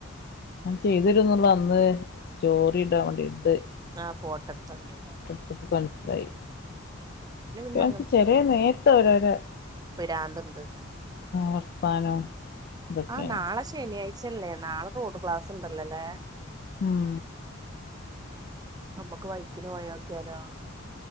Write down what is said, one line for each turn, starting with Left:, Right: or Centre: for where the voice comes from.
Left: ഓൻ ചെയ്തരുനുള്ള അന്ന് സ്റ്റോറി ഇടാൻ വേണ്ടി ണ്ട്
Right: ആഹ് ഫോട്ടോ എടുത്ത് തന്നീലെ
Left: പ്പൊ മനസ്സിലായി
Right: പിന്നെ
Left: ഓൻക്ക് ചേലെ നേര്ത്ത് ഓരോരാ
Right: പിരാന്തിണ്ട്
Left: വർത്താനോം ഇതൊക്കെയാണ്
Right: ആഹ് നാളെ ശനിയാഴ്ചല്ലേ നാളെ റോഡ് ഗ്ലാസ് ഉണ്ടല്ലോല്ലെ
Left: ഉം
Right: നമ്മക്ക് വൈക്കിന് പോയി നോക്കിയാലോ